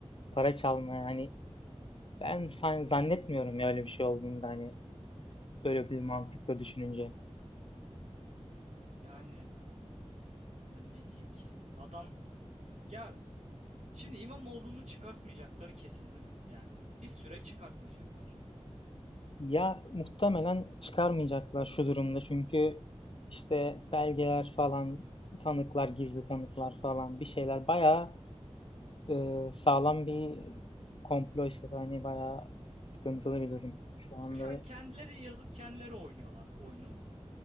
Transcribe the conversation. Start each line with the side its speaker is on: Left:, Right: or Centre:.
Left: para çalmaya hani ben san- zannetmiyorum ya öyle bir şey olduğunu da hani böyle bir mantıkla düşününce.
Right: Yani, hani ne diyeyim ki? Adam ya şimdi İmamoğlu'nu çıkartmayacakları kesin değil mi? Yani bir süre çıkartmayacaklar.
Left: Ya muhtemelen çıkarmayacaklar şu durumda çünkü işte belgeler falan tanıklar, gizli tanıklar falan bir şeyler bayağı Ee, sağlam bir komploysa da hani bayağı sıkıntılı bir durum. Şu anda
Right: E, Şu an kendileri yazıp kendileri oynuyorlar oyunu.